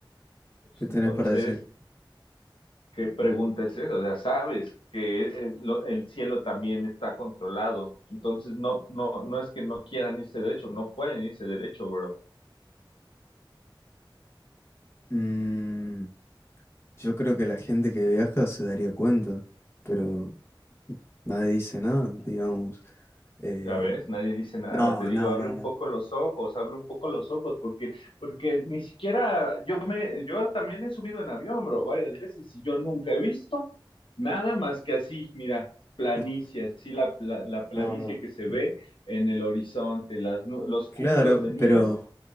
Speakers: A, on the left; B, on the left.
A: ¿Qué tenés
B: Entonces,
A: para decir?
B: ¿Qué pregunta es esa? O sea, sabes que el, lo- el cielo también está controlado. Entonces, no, no, no es que no quieran irse derecho, no pueden irse derecho, bro.
A: Mm, yo creo que la gente que viaja se daría cuenta, pero Nadie dice nada, digamos. Eh,
B: Ya ves, nadie dice nada.
A: no,
B: Te digo,
A: no,
B: abre
A: no,
B: un
A: no.
B: poco los ojos, abre un poco los ojos, porque, porque ni siquiera yo me, yo también he subido en avión, bro, varias veces y yo nunca he visto nada más que así, mira, planicie,
A: Us-
B: así la, la, la planicie
A: No, no.
B: que se ve
A: Mm,
B: en el horizonte, las, nu- los
A: Claro,
B: cúmulos de nieves,
A: pero,